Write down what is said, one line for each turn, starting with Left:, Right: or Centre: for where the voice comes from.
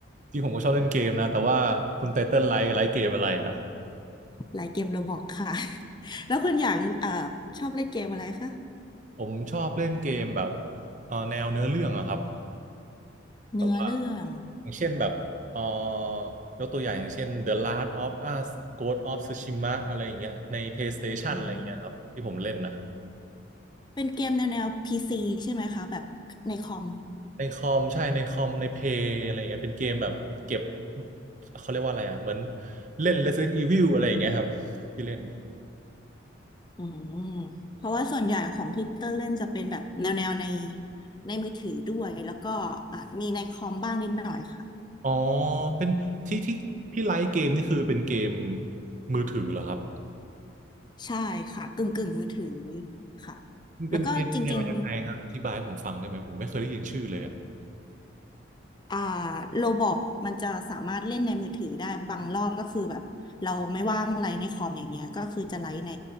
Right: ที่ผมก็ชอบเล่นเกมนะแต่ว่าคุณไทเติ้ลไลค์ไลค์เกมอะไรนะ
Left: ไลฟ์เกมโรบอกค่ะ <laughs> แล้วคุณหยางเอ่อชอบเล่นเกมอะไรคะ
Right: ผมชอบเล่นเกมแบบเอ่อแนวเนื้อเรื่องอะครับ
Left: เนื้อเรื่อง
Right: แบบว่าอย่างเช่นแบบเอ่อยกตัวอย่างอย่างเช่น The Last of Us Ghost of Tsushima อะไรอย่างเงี้ยใน PlayStation
Left: อืม
Right: อะไรอย่างเงี้ยครับที่ผมเล่นนะ
Left: เป็นเกมแนวแนวพีซีใช่ไหมคะแบบในคอม
Right: ในคอมใช่ในคอมในเพย์อะไรอย่างเงี้ยเป็นเกมแบบเก็บเขาเรียกว่าอะไรอะเหมือนเล่น Resident Evil อะไรอย่างเงี้ยครับที่เล่นนะ
Left: อืมเพราะว่าส่วนใหญ่ของที่เตอร์เล่นจะเป็นแบบแนวแนวในในมือถือด้วยแล้วก็อ่ะมีในคอมบ้างนิดหน่อยค่ะ
Right: อ๋อ เป็นที่ที่ที่ไลฟ์เกมนี่คือเป็นเกมมือถือเหรอครับ
Left: ใช่ค่ะกึ่งกึ่งมือถือค่ะ
Right: มันเป็นเกมแนวยังไงฮะอธิบายให้ผมฟังได้ไหมผมไม่เคยได้ยินชื่อเลยอะ
Left: แล้วก็จริงๆอ่าโรบอกมันจะสามารถเล่นในมือถือได้บางรอบก็คือแบบเราไม่ว่างไลน์ในคอมอย่างเงี้ยก็คือจะไลฟ์ใน